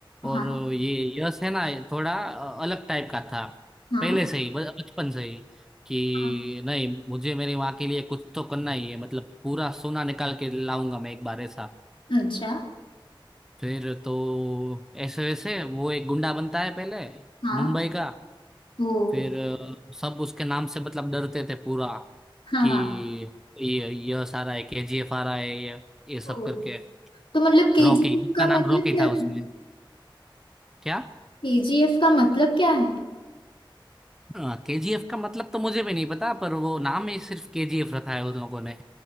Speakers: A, in the centre; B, on the left (about 75°).
A: और
B: हाँ
A: ये यश है ना ये थोड़ा अ, अलग टाइप का था
B: हाँ
A: पहले से ही ब- बचपन से ही कि
B: हाँ
A: नहीं मुझे मेरी माँ के लिए कुछ तो करना ही है मतलब पूरा सोना निकाल के लाऊंगा मैं एक बार ऐसा
B: अच्छा
A: फिर तो ऐसे वैसे वो एक गुंडा बनता है पहले
B: हाँ
A: मुंबई का
B: ओ
A: फिर अ, सब उसके नाम से मतलब डरते थे पूरा
B: हाँ
A: कि
B: हाँ
A: ये यश आ रहा है केजीएफ आ रहा है ये ये सब
B: ओ
A: करके
B: तो मतलब केजीएफ
A: रॉकी उसका
B: का मतलब
A: नाम रॉकी
B: क्या
A: था
B: था
A: उसमें क्या
B: केजीएफ का मतलब क्या है
A: हाँ, केजीएफ का मतलब तो मुझे भी नहीं पता पर वो नाम ही सिर्फ केजीएफ रखा है उन लोगों ने